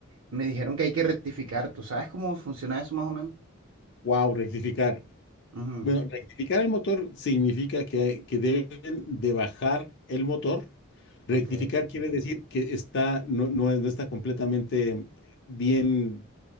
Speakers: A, on the right; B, on the left.
A: Me dijeron que hay que rectificar, ¿tú sabes cómo funciona eso más o menos?
B: Wow, rectificar.
A: Ujú,
B: Bueno, rectificar el motor significa que, que deben de bajar el motor. Rectificar
A: Ok.
B: quiere decir que está, no, no- no está completamente bien,